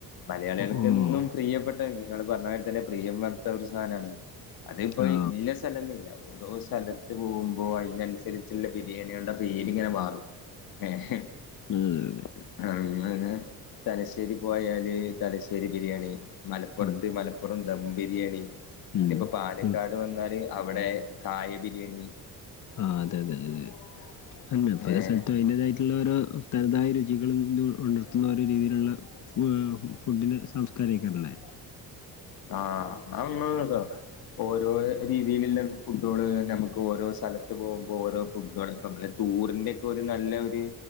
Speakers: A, on the left (about 70°); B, on the left (about 50°).
A: മലയാളികൾക്കെന്നും-
B: ഓ
A: പ്രിയപ്പെട്ട ഇങ്ങള് പറഞ്ഞമാതിരി തന്നെ പ്രിയം പറഞ്ഞിട്ടൊരു സാനാണ്. അതിപ്പം
B: ആ
A: ഇഞ്ഞ സ്ഥലംന്നില്ല ഓരോ സ്ഥലത്ത് പോവുമ്പോ അയിനനുസരിച്ച്ള്ള ബിരിയാണികളുടെ പേരിങ്ങനെ മാറും. ഏഹ്
B: ഹ്മ്മ്
A: അങ്ങനെ, തലശ്ശേരി പോയാല് തലശ്ശേരി ബിരിയാണി. മലപ്പുറത്ത്
B: ഉം
A: മലപ്പുറം ദം ബിരിയാണി.
B: ഉം
A: ഇന്നിപ്പോ പാലക്കാട്
B: ഉം
A: വന്നാല് അവിടെ കായ ബിരിയണി-
B: ആഹ് അതെ അതെ ല്ലേ <unintelligible>
A: ഏ
B: സ്ഥല്ത്ത്
A: ഏ
B: അതിൻ്റെതായി- ത്തില്ലോരോ തനതായ രുചികളും ണ്ട് ഉളർത്തുന്ന ഓരോ രീതിയിലുള്ള ഫു ഫുഡിന് സംസ്കാരിക്കണ്ടല്ലേ-
A: ആഹ് <unintelligible> ഓരോ രീതിയിലുള്ള ഫുഡോള് അന്നെ നമ്മക്ക് ഓരോ സ്ഥലത്ത് പോകുമ്പോ ഓരോ ഫുഡോള് നമ്മുടെ ടൂറിന്റെ ക്കെ ഒരു നല്ല ഒരു